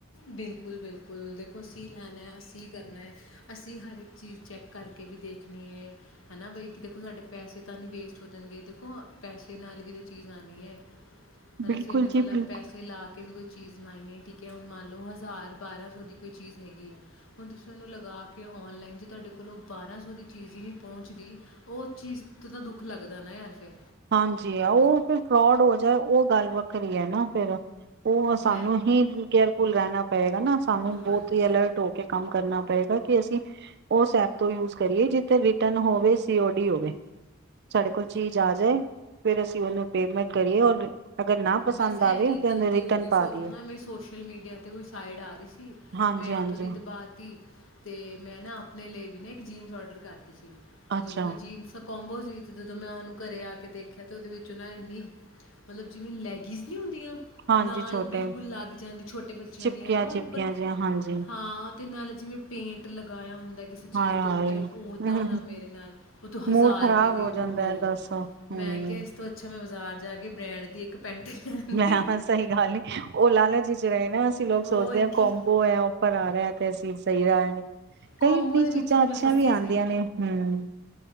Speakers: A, on the left; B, on the right.
A: ਬਿਲਕੁਲ ਬਿਲਕੁਲ ਦੇਖੋ ਅਸੀਂ ਲੈਣਾ ਅਸੀਂ ਕਰਨਾ ਅਸੀਂ ਹਰ ਇੱਕ ਚੀਜ਼ ਚੈੱਕ ਕਰਕੇ ਵੀ ਦੇਖਣੀ ਹਨਾ ਬਈ ਕਿ ਦੇਖੋ ਸਾਡੇ ਪੈਸੇ ਤਾਂ ਨਹੀਂ ਵੇਸਟ ਹੋ ਜਾਣਗੇ ਦੇਖੋ ਪੈਸੇ ਨਾਲ ਵੀ ਤਾਂ ਚੀਜ਼ ਆਣੀ ਹੈ ਮਤਲਬ
B: ਬਿਲਕੁਲ
A: ਅਸੀਂ ਉਹਨੇ ਮਤਲਬ
B: ਜੀ ਬਿਲਕੁਲ
A: ਪੈਸੇ ਲਾ ਕੇ ਵੀ ਕੋਈ ਚੀਜ਼ ਮੰਗਈ ਏ ਠੀਕ ਐ ਹੁਣ ਮੰਨ ਲਓ ਹਜ਼ਾਰ ਬਾਰਾਂ ਸੌ ਦੀ ਕੋਈ ਚੀਜ਼ ਹੈਗੀ ਆ ਹੁਣ ਤੁਸੀਂ ਉਹਨੂੰ ਲਗਾ ਕੇ ਔਨਲਾਈਨ ਜੇ ਤੁਹਾਡੇ ਕੋਲੋਂ ਬਾਰਾਂ ਸੌ ਦੀ ਚੀਜ਼ ਹੀ ਨਹੀਂ ਪਹੁੰਚਦੀ ਉਹ ਚੀਜ਼ ਤੋਂ ਤਾਂ ਦੁੱਖ ਲੱਗਦਾ ਨਾ ਯਾਰ ਫਿਰ
B: ਹਾਂਜੀ ਆ ਉਹ ਫਿਰ ਫਰੋਡ ਹੋ ਜਾਏ ਉਹ ਗੱਲ ਵੱਖਰੀ ਹੈ ਨਾ ਫਿਰ ਉਹ ਸਾਨੂੰ
A: ਮੈਂ
B: ਹੀ ਕੇਅਰਫੁਲ ਰਹਿਣਾ ਪਏਗਾ ਨਾ ਸਾਨੂੰ ਬਹੁਤ
A: ਹਾਂਜੀ
B: ਹੀ ਅਲਰਟ ਹੋ ਕੇ ਕੰਮ ਕਰਨਾ ਪਏਗਾ ਕਿ ਅਸੀਂ ਉਸ ਐਪ ਤੋਂ ਯੂਜ ਕਰੀਏ ਜਿੱਥੇ ਰਿਟਰਨ ਹੋਵੇ ਸੀਓ ਡੀ ਹੋਵੇ ਸਾਡੇ ਕੋਲ ਚੀਜ਼ ਆ ਜੇ ਫਿਰ ਅਸੀਂ ਉਹਨੂੰ ਪੇਮੈਂਟ ਕਰੀਏ ਔਰ ਅਗਰ ਨਾ ਪਸੰਦ
A: ਬਸ ਇਹੀ
B: ਆਵੇ ਤੇ
A: ਗ਼ਲਤੀ
B: ਉਹਨੂੰ ਰਿਟਰਨ
A: ਹੋ ਗਈ
B: ਪਾ
A: ਸੀ ਉਦੋਂ
B: ਦੀਏ
A: ਨਾ ਮੈਂ ਸੋਸ਼ਲ ਮੀਡੀਆ ਤੇ ਕੋਈ ਸਾਈਡ ਆ ਰਹੀ ਸੀ
B: ਹਾਂਜੀ
A: ਮੈਂ
B: ਹਾਂਜੀ
A: ਉੱਥੋਂ ਦੀ ਦਬਾ ਤੀ। ਤੇ ਮੈਂ ਨਾ ਆਪਣੇ ਲਈ ਵੀ ਨਾ ਇੱਕ ਜੀਨਸ ਆਰਡਰ ਕਰ ਸੀ ਤੇ
B: ਅੱਛਾ
A: ਜਦੋਂ ਮੈਂ ਜੀਨ ਸਭ ਕੋਂਬੋ ਸੀ ਤੇ ਜਦੋਂ ਮੈਂ ਉਹਨੂੰ ਘਰੇ ਆ ਕੇ ਦੇਖਿਆ ਤੇ ਉਹਦੇ ਵਿੱਚ ਉਹਨਾਂ ਇੰਨੀ ਮਤਲਬ ਜਿਵੇਂ ਲੈਗੀਜ਼ ਨਹੀਂ ਹੁੰਦੀਆਂ
B: ਹਾਂਜੀ
A: ਨਾਲ
B: ਛੋਟੇ
A: ਬਿਲਕੁਲ ਲੱਗ ਜਾਂਦੀ ਛੋਟੇ ਬੱਚਿਆਂ
B: ਚਿਪਕੀਆਂ
A: ਦੀ ਹਨਾ
B: ਚਿਪਕੀਆਂ
A: ਔਰ ਉੱਪਰ
B: ਜਿਹੀਆਂ ਹਾਂਜੀ
A: ਹਾਂ ਤੇ ਨਾਲ ਜਿਵੇਂ ਪੇਂਟ ਲਗਾਇਆ ਹੁੰਦਾ ਕਿਸੇ ਚੀਜ਼
B: ਹਾਏ ਹਾਏ
A: ਦੇ ਉੱਤੇ ਓਦਾਂ ਦਾ ਮੇਰੇ ਨਾਲ ਉਹ ਤੂੰ ਹਜ਼ਾਰ
B: ਮੂਡ ਖ਼ਰਾਬ
A: ਰੁਪਏ ਦੀ
B: ਹੋ
A: ਉਹ
B: ਜਾਂਦਾ ਹੈ ਦੱਸੋ ਹਮ
A: ਮੈਂ ਕਿਹਾ ਇਸ ਤੋਂ ਅੱਛਾ ਮੈਂ ਜਾ ਕੇ ਬ੍ਰੈਂਡ ਦੀ ਇੱਕ ਪੈਂਟ ਲੈਣੀ
B: ਮੈਂ ਸਹੀ ਗੱਲ ਨੀ ਉਹ ਲਾਲਾ ਜੀ ਚ ਰਹੇ ਨਾ ਅਸੀਂ ਲੋਕ
A: ਔਰ
B: ਸੋਚਦੇ ਹਾਂ
A: ਕੀ
B: ਕੰਬੋ ਹੈ ਆਫਰ ਆ ਮੈਂ ਤੇ ਅਸੀਂ ਸਹੀ <unintelligible>
A: ਕੋਂਬੋ
B: ਕਈ
A: ਦੇ ਵਿੱਚ
B: ਚੀਜ਼ਾਂ
A: ਹੀ ਤੇ
B: ਅੱਛੀਆਂ
A: ਮੈਂ ਫਸੀ
B: ਵੀ
A: ਸੀ
B: ਆਂਦੀਆਂ ਨੇ ਹੂੰ